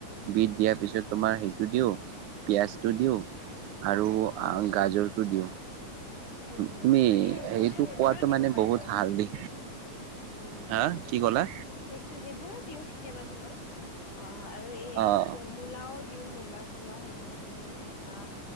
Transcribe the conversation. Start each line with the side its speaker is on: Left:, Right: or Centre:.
Right: বিধ দিয়াৰ পিছত তোমাৰ সেইটো দিওঁ পিয়াজটো দিওঁ। আৰু
Left: অ আচ্ছা
Right: গাজৰটো দিওঁ।
Left: উম উম
Right: তুমি
Left: হয় এই সেইবোৰতো
Right: সেইটো
Left: সেইবোৰো
Right: খোৱাটো
Left: দিব
Right: মানে
Left: পাৰি
Right: বহুত
Left: ত আৰু
Right: হালধি
Left: বিধ উম ভাল
Right: হা,
Left: হয়
Right: কি ক'লা?
Left: সেইটো সেইবোৰো দিও কেতিয়াবা তোমাৰ অ আৰু এই
Right: অ',
Left: কি কয় মূলাও দিও মূলা চলা সেইবোৰো দিও মূলা